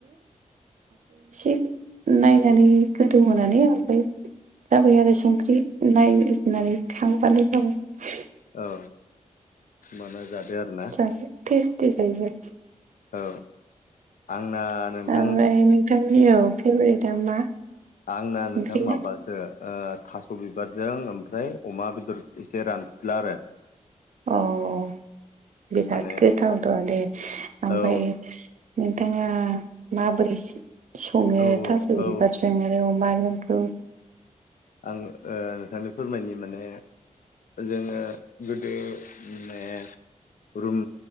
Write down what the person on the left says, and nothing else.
औ माना जादो आरो ना
औ आंना नोंथां
आंना नोंथां
माबा सो ओ थास' बिबारजों ओमफ्राय अमा बेदर एसे रानफुला आरो।
माने
औ
औ
औ
आं ओ नोंथांनो फोरमायनि माने जोङो गोदो माने रुम